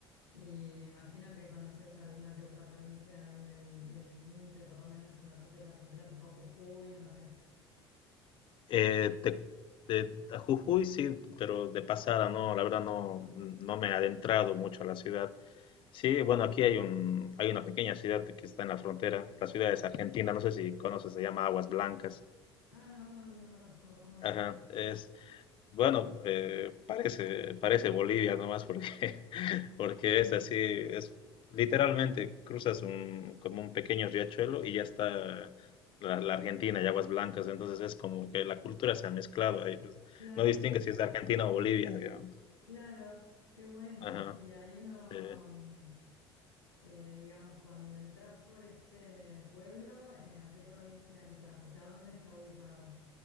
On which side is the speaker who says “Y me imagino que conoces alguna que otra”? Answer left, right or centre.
Left